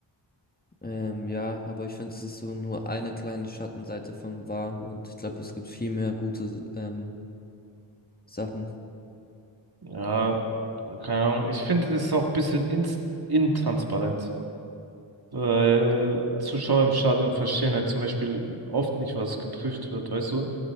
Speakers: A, on the left; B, on the right.
A: ähm, ja, aber ich finde, es ist so nur eine kleine Schattenseite vom VAR und ich glaube, es gibt viel mehr gute ähm, Sachen.
B: Ja, keine Ahnung. Ich finde, das ist auch ein bisschen ins intransparent, weil Zuschauer im Stadion verstehen halt zum Beispiel oft nicht, was geprüft wird, weißt du?